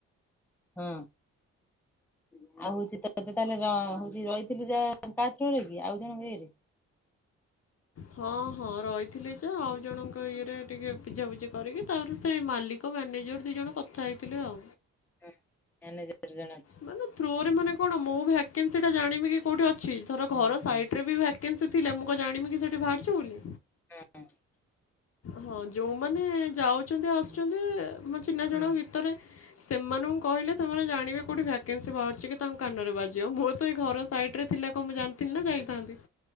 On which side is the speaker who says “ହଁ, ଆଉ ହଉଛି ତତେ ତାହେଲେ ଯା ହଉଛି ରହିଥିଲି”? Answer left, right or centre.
Centre